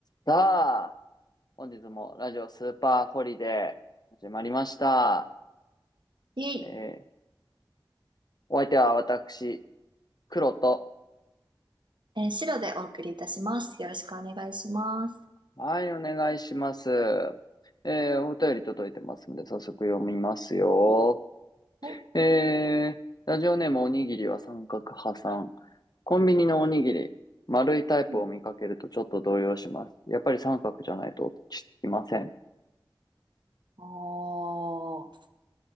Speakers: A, on the left; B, on the right.
A: さあ、本日もラジオスーパーホリデー始まりました。
B: いえい、
A: えーお相手は私、黒と。
B: えー白でお送りいたします。よろしくお願いします。
A: はい、お願いします。えーお便り届いてますので、早速読みますよ。
B: はい。
A: えーラジオネームおにぎりは三角派さん。コンビニのおにぎり、丸いタイプを見かけるとちょっと動揺します。
B: うん。
A: やっぱり三角じゃないと落ち着きません。
B: おー。